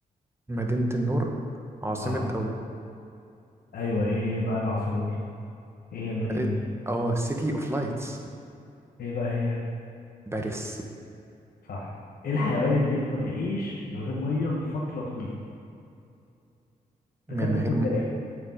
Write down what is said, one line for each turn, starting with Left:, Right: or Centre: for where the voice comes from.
Right: مدينة النور عاصمة
Left: اه
Right: دولة
Left: ايوه ايه هي بقى العاصمة دي ايه هي المدينة
Right: مدينة
Left: دي
Right: اه سيتي اوف لايتس
Left: ايه بقى هي
Right: باريس
Left: صح ايه الحيوان اللي يقدر يعيش من غير ميه لفتره طويله
Right: من
Left: تكاد تكون
Right: غير م-
Left: دقائق